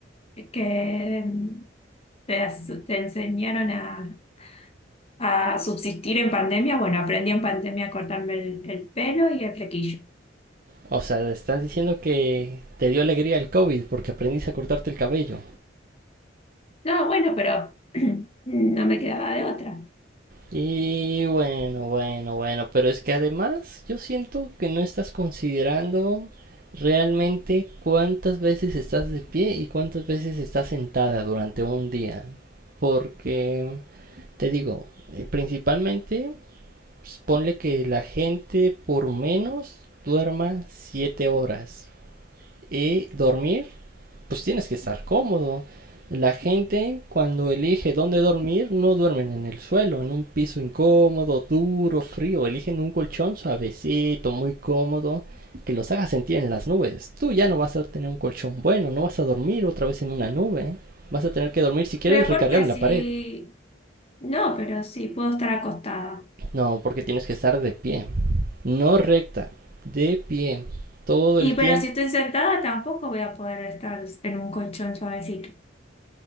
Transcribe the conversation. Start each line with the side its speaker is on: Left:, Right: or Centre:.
Left: que mm, te, as- te enseñaron a, a subsistir en pandemia. Bueno, aprendí en pandemia a cortarme el, el pelo y el flequillo.
Right: O sea, estás diciendo que te dio alegría el COVID porque aprendiste a cortarte el cabello.
Left: No, bueno, pero <clears throat> no me quedaba de otra.
Right: Y bueno, bueno, bueno, pero es que además yo siento que no estás considerando realmente cuántas veces estás de pie y cuántas veces estás sentada durante un día. Porque, te digo, eh, principalmente, pues, ponle que la gente por menos duerma 7 horas. Y dormir, pues tienes que estar cómodo. La gente cuando elige dónde dormir no duermen en el suelo, en un piso incómodo, duro, frío. Eligen un colchón suavecito, muy cómodo, que los haga sentir en las nubes. Tú ya no vas a tener un colchón bueno, no vas a dormir otra vez en una nube. Vas a tener que dormir si quieres
Left: Pero
Right: recargando
Left: porque si...
Right: la pared.
Left: No, pero sí, puedo estar acostada.
Right: No, porque tienes que estar de pie. No recta, de pie. Todo
Left: Y
Right: el tiempo.
Left: pero si estoy sentada tampoco voy a poder estar en un colchón suavecito.